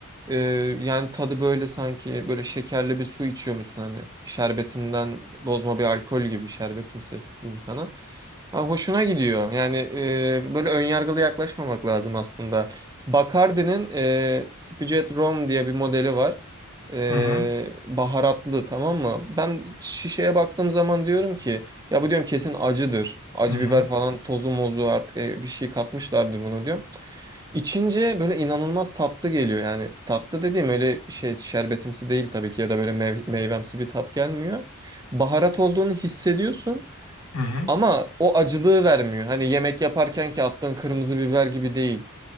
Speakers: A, on the right; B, on the left.
A: e, yani tadı böyle sanki böyle şekerli bir su içiyormuşsun hani. Şerbetimden bozma bir alkol gibi şerbetimsi diyeyim sana. Ha, hoşuna gidiyor. Yani e, böyle önyargılı yaklaşmamak lazım aslında. Bacardi'nin e, Spijet Rom diye bir modeli var e,
B: Hı hı.
A: baharatlı tamam mı? Ben şişeye baktığım zaman diyorum ki ya bu diyorum kesin acıdır. Acı
B: Hı hı.
A: biber falan tozu mozu artık e, bir şey katmışlardır bunu diyorum. İçince böyle inanılmaz tatlı geliyor. Yani tatlı dediğim öyle şey şerbetimsi değil tabii ki ya da böyle mev- meyvemsi bir tat gelmiyor. Baharat olduğunu hissediyorsun
B: Hı hı.
A: ama o acılığı vermiyor. Hani yemek yaparken ki attığın kırmızı biber gibi değil.